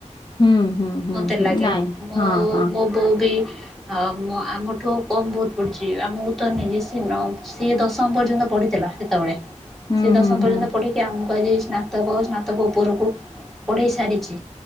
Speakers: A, on the left; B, in the centre.
A: ହୁଁ ହୁଁ ହୁଁ
B: ମତେ
A: ହୁଁ
B: ଲାଗେ
A: ନାଇଁ
B: ମୋ
A: ହଁ ହଁ
B: ମୋ ବୋଉ ବି ଆ ଆମଠୁ କମ ବହୁତ ପଡୁଛି ଆମକୁ ତ ମାନେ ସେ ଦଶମ ପର୍ଯ୍ୟନ୍ତ ପଢଥିଲା ସେତେବେଳେ,
A: ହୁଁ
B: ସେ ଦଶମ
A: ହୁଁ
B: ପର୍ଯ୍ୟନ୍ତ
A: ହୁଁ।
B: ପଢିକି ଆମକୁ ଆଜି ସ୍ନାତକ ସ୍ନାତକ ଉପରକୁ ପଢ଼େଇ ସାରିଛି,